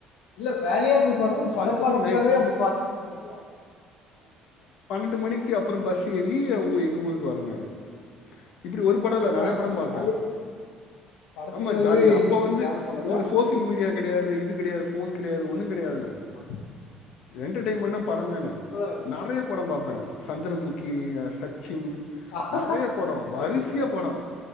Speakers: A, on the left (about 85°); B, on the left (about 75°).
A: இல்ல வேலையா போய் பாங்க இல்ல படம்
B: அதுக்கப்புறம்
A: பாக்கறதுக்காகவே
B: நை
A: அப்படி பா போனீங்களா
B: ரெண்டு மணிக்கு அப்புறம் பஸ் ஏறி எங்க ஊருக்கு வரே நானு இப்டி ஒரு படம் இல்ல
A: அதா
B: நெறைய படம்
A: இந்த
B: பாப்பே
A: வேலை படத்துக்காகவே
B: ஆமா ஜாலியா அப்ப வந்து
A: டிராவல் பண்ணதா
B: உங்களுக்கு சோசியல் மீடியா கிடையாது இது கிடையாது போன் கிடையா து ஒன்னு கெடயாது
A: ஆமா
B: என்டர்டைமெண்ட
A: ஆமா
B: படம் தானே
A: அது இப்பதா வருது
B: நறைய படம் பாப்பே சந்திரமு கி சத்
A: ஆமா
B: நெறைய படம் வரிசியா
A: ஓகே
B: படம்